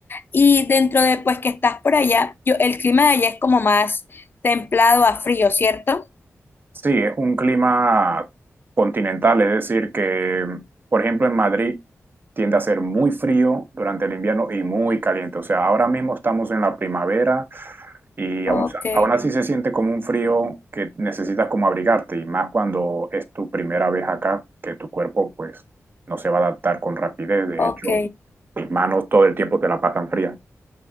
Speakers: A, on the left; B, on the right.
A: Y dentro de, pues, que estás por allá, yo, el clima de allá es como más templado a frío, ¿cierto?
B: Sí, es un clima continental, es decir, que, por ejemplo, en Madrid tiende a ser muy frío durante el invierno y muy caliente. O sea, ahora mismo estamos en la primavera y
A: Ok,
B: aún, aún así se siente como un frío que necesitas como abrigarte y más cuando es tu primera vez acá, que tu cuerpo pues no se va a adaptar con rapidez. De
A: ok,
B: hecho, mis manos todo el tiempo te la pasan fría.